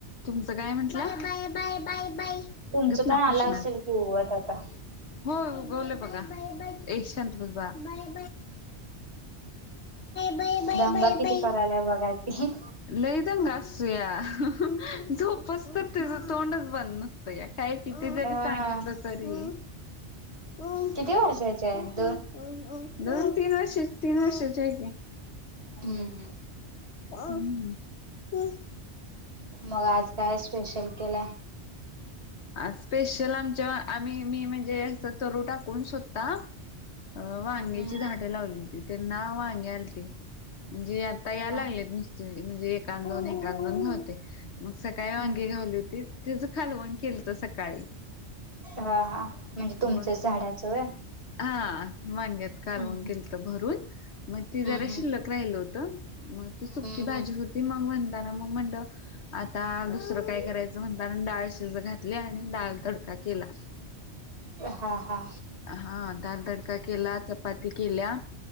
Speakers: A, on the left (about 70°); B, on the right (about 65°).
A: तुमचं काय म्हटला. Bye bye.
B: तुमचं
A: गप ना
B: पण आलं
A: कृष्णा
B: असेल उगवत आता.
A: हो उगवले बघा ए शांत बस बाळा. बाय
B: दंगा किती
A: बाय
B: करायला बघा की.
A: लई दंग असूया झोपसतर तिचं तोंडच बन. तया काही किती जरी
B: हा
A: सांगितलं तरी. दोन
B: किती वर्षाची आहे
A: तीन वर्षे तीन वर्षाचे आहे की.
B: हम्म हम्म.
A: प्या ह,
B: मग आज काय स्पेशल केलाय.
A: आज स्पेशल आमच्या आम्ही मी म्हणजे तरु टाकून स्वतः. अ वांग्याची
B: हम्म
A: झाडे लावली होती त्यांना वांगे आलते. म्हणजे आता यायला
B: हा
A: लागलेत नुसते म्हणजे एकां दोन एकां दोन होते. मग सकाळी
B: हम्म
A: वांगी
B: हम्म
A: घावली होती तिच खालवण केलं तर सकाळी.
B: हा-हा म्हणजे तुमचंच
A: मग
B: झाडाचं होय
A: हा वांग्याचं
B: हम्म
A: कालवन केलतय भरून, मग ती
B: हम्म
A: जरा
B: हम्म
A: शिल्लक राहिल होत, मग सुकी
B: हम्म
A: भाजी
B: हम्म हम्म
A: होती, मग म्हणताना मग म्हण आता दुसरं काय करायचं म्हताणं, डाळ शिजत घातली आणि डाळ तडका केला.
B: हा-हा.
A: हा, डाळ तडका केला चपाती केल्या